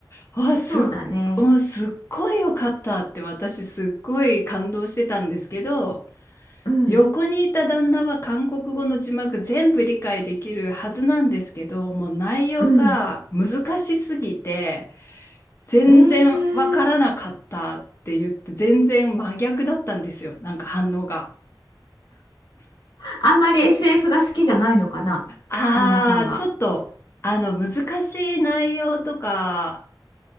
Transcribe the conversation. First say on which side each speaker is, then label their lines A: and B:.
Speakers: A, on the left; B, on the left.
A: あ、
B: そうだね。
A: すっ、うんすっごい良かったって私すっごい感動してたんですけど、
B: うん、
A: 横にいた旦那は韓国語の字幕全部理解できるはずなんですけど、もう内容が難しすぎて、
B: うん。
A: 全然わからなかったって言って、
B: えー
A: 全然真逆だったんですよ。なんか反応が。
B: あんまり SF が好きじゃないのかな、
A: ああ、
B: 旦那さんは。
A: ちょっと、あの、難しい内容とか